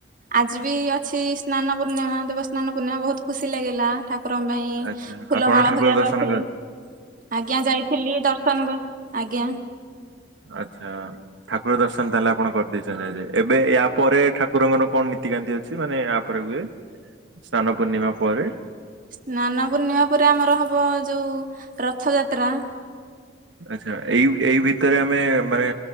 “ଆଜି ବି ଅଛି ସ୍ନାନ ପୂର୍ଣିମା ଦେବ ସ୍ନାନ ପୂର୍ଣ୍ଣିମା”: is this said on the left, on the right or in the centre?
Right